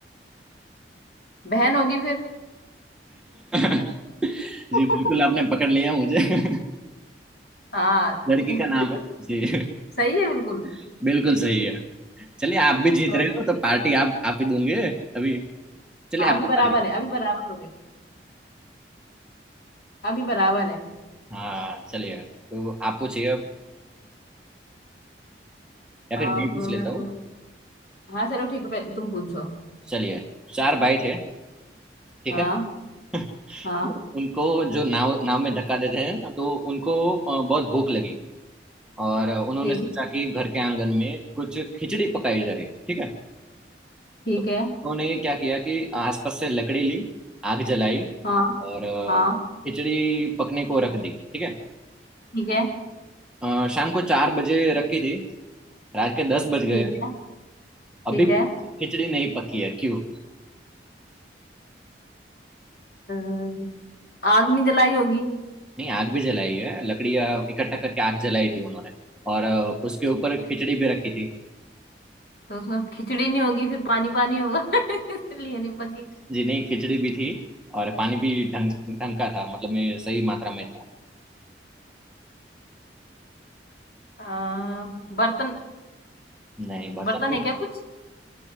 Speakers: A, on the left; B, in the centre.
A: बहन होगी फिर
B: <laughs>
A: <laughs>
B: जी बिल्कुल आपने पकड़ लिया मुझे <laughs>
A: हाँ ठीक-
B: लड़की का नाम है जी
A: सही है बिल्कुल
B: <laughs> बिल्कुल सही है चलिए आप भी
A: <laughs>
B: जीत रहे
A: ओके
B: हो तो पार्टी आप आप ही दूंगे अभी चलिए
A: हाँ
B: आपकी
A: अभी बराबर
B: बारी
A: है अभी बराबर हो गए अभी बराबर है
B: हाँ चलिए तो आप पूछिए अब या
A: अब
B: फिर मैं पूछ लेता
A: मैं पूछ
B: हूँ
A: हाँ चलो ठीक है पहले तुम पूछो
B: चलिए चार भाई थे ठीक
A: हाँ
B: है <laughs>
A: हाँ
B: उनको जो नाव नाव में धक्का देते हैं ना तो उनको अ, बहुत भूख लगी और उन्होंने
A: ठीक
B: सोचा
A: है
B: कि घर के आंगन में कुछ खिचड़ी पकाई जाए ठीक है
A: ठीक
B: तो उन्होंने
A: है
B: क्या किया कि आसपास से लकड़ी ली आग जलाई
A: हाँ
B: और अ,
A: हाँ
B: खिचड़ी पकने को रख दी ठीक है
A: ठीक है
B: अ, शाम को चार बजे रखी थी रात के दस बज गए
A: ठीक है
B: अभी
A: ठीक है
B: भी खिचड़ी नहीं पकी है क्यों
A: अम, आग नहीं जलाई होगी
B: नहीं आग भी जलाई है लकड़ियाँ इकट्ठा करके आग जलाई थी उन्होंने और अ, उसके ऊपर खिचड़ी भी रखी थी
A: तो उसमें खिचड़ी नहीं होगी फिर पानी पानी होगा <laughs> इसलिए नहीं पकी
B: जी नहीं खिचड़ी भी थी और पानी भी ढंग ढंग का था मतलब मैं सही मात्रा में था
A: आ, बर्तन
B: नहीं बर्तन
A: बर्तन
B: भी
A: है
B: थे
A: क्या कुछ